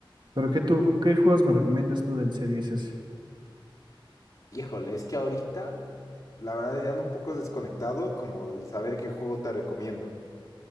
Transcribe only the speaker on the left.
Híjole, es que ahorita, la verdad, ya ando un poco desconectado como el saber qué juego te recomiendo.